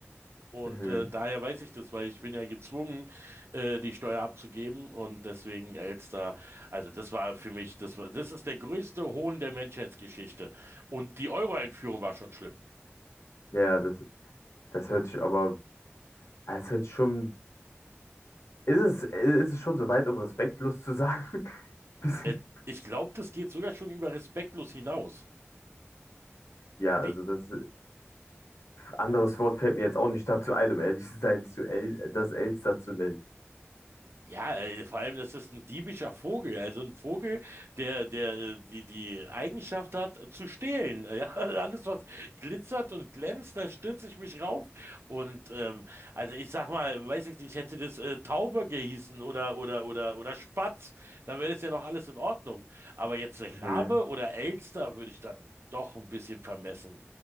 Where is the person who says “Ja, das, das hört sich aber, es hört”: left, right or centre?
Left